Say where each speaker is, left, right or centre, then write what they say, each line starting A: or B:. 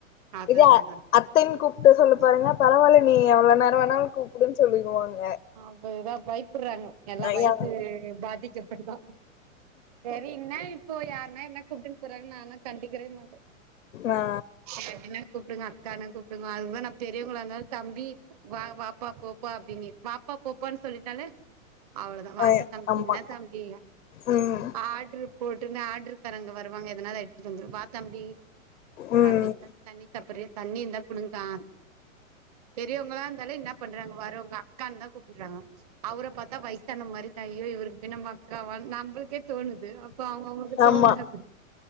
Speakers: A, on the right; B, on the left.
A: அதுதா
B: இத
A: அதா
B: அத்தைன்னு கூப்பிட்டு சொல்லு பாருங்க பரவில்லா நீ எவ்ளோனா னாலு கூப்டுன்னு சொல்லிக்வாங்க
A: அவ்ளதா பயப்படுறாங்க எல்லாம்
B: ஐயா
A: வைய்சு பாதிக்கப்படுதா சரி ன்ன இப்போ யார்னா என்ன கூப்டுன்னு போறாங்க நானு கண்டிக்கிறவே மாட்ட
B: ஆ
A: நீ எப்டினா கூப்பிடுங்க அக்கானு கூப்பிடுங்க அதுதா நா பெரியவங்கள இருந்தாலும் தம்பி வாப்பா போப்பா அப்டின்னி வாப் பா போப்பான்னு சொல்லிட்டாலே அவ்ளதா வாங்க
B: ஆ
A: தம்பி
B: ஆமா
A: ன்ன தம்பி
B: ம்
A: ஆட்ருப் போட்டுருனு ஆர்டருக்காரங்க வருவாங்க எதனால எடுத்துட்டு வந்திரு வா தம்பி
B: ம்
A: அப்டின்றத் தண்ணி சாப்புற்றியா தண்ணி இருந்தா குடுங்கா பெரியவங்களா இருந்தாலு ன்னாப் பண்றாங்க வரவங்க அக்கான்னுதா கூப்புறாங்க அவர பாத்தா வயசான மாரி ஐய்யய்யோ இவ்ருக்கு போய் நம்ப அக்காவா நம்மளுக்கே தோணுது து அப்போ அவ்ங்கவ்ங்ளுக்கு
B: ஆமா
A: தோனாது